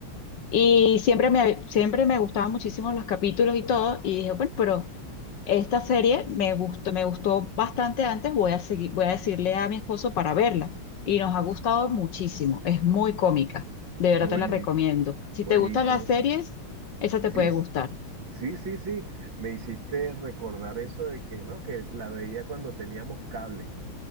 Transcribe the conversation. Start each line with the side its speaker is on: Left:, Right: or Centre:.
Left: Y siempre me, siempre me gustaban muchísimo los capítulos y todo, y dije, bueno, pero esta serie me gustó, me gustó bastante antes, voy a seguir, voy a decirle a mi esposo para verla. Y nos ha gustado muchísimo, es muy cómica, de verdad
Right: buení
Left: te la recomiendo. Si
Right: buenísimo.
Left: te gustan las series, esa te
Right: Sí.
Left: puede gustar.
Right: Sí, sí, sí, me hiciste recordar eso de que, ¿no? Que la veía cuando teníamos cable.